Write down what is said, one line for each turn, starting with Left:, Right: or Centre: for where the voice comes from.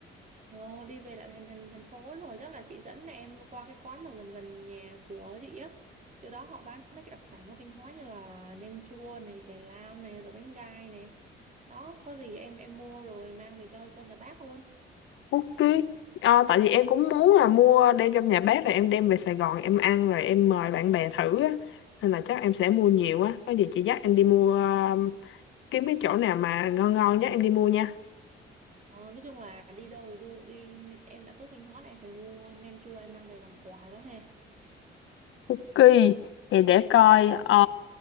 Right: Ờ, đi về lại thành thành thành phố rồi chắc là chị dẫn em qua cái quán mà gần gần nhà của chị á chỗ đó họ bán mấy cái đặc sản của Thanh Hóa như là nem chua này chè lam này rồi bánh gai này đó có gì em em mua rồi mang về cho cho nhà bác luôn
Left: ok Ờ, tại vì em cũng muốn là mua đem trong nhà bếp rồi em đem về Sài Gòn em ăn rồi em mời bạn bè thử á nên là chắc em sẽ mua nhiều á có gì chị dắt em đi mua ờ, kiếm cái chỗ nào mà ngon ngon nhé em đi mua nha
Right: ờ, nói chung là đi đâu thì đu đi em đã tới Thanh Hóa là em phải mua nem chua em mang về làm quà đó ha
Left: Ok, thì để coi ờ,